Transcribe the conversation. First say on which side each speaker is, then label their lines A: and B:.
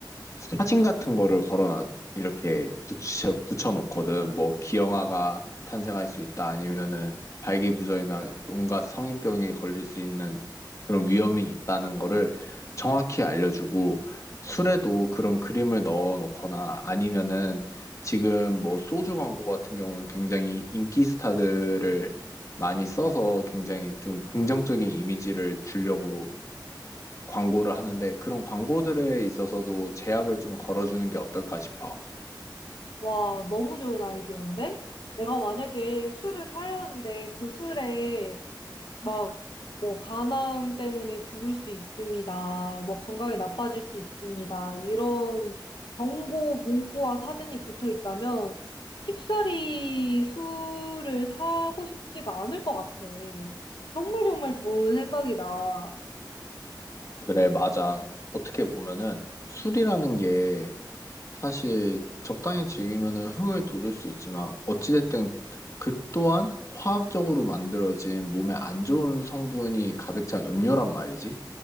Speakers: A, on the left (about 40°); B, on the left (about 80°).
A: 사진 같은 거를 걸어놔 이렇게 붙여 붙여놓거든. 뭐 기형아가 탄생할 수 있다 아니면은 발기부전이나 온갖 성인병에 걸릴 수 있는 그런 위험이 있다는 거를 정확히 알려주고 술에도 그런 그림을 넣어놓거나 아니면은 지금 뭐 소주 광고 같은 경우는 굉장히 인기 스타들을 많이 써서 굉장히 좀 긍정적인 이미지를 주려고 광고를 하는데 그런 광고들에 있어서도 제약을 좀 걸어주는 게 어떨까 싶어.
B: 와, 너무 좋은 아이디어인데? 내가 만약에 술을 사려는데 그 술에 막 뭐 간암 때문에 죽을 수 있습니다. 뭐 건강이 나빠질 수 있습니다. 이런 경고 문구와 사진이 붙어 있다면 쉽사리 술을 사고 싶지가 않을 것 같아. 정말 정말 좋은 생각이다.
A: 그래, 맞아. 어떻게 보면은 술이라는 게 사실 적당히 즐기면은 흥을 돋을 수 있지만 어찌됐든 그 또한 화학적으로 만들어진 몸에 안 좋은 성분이 가득 찬 음료란 말이지.